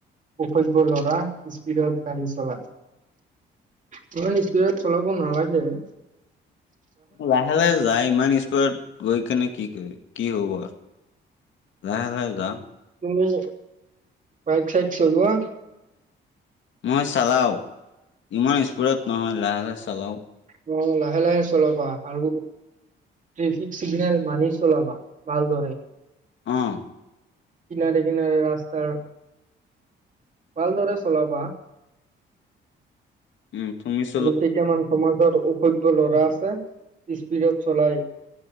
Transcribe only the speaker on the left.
লাহে লাহে যায়, ইমান স্পীডত গৈ কেনে কি কৰি কি হ'ব আৰু। লাহে লাহে যা
মই চালাওঁ ইমান স্পীডত নহয় লাহে লাহে চালাওঁ।
অ'।
উম, তুমিচ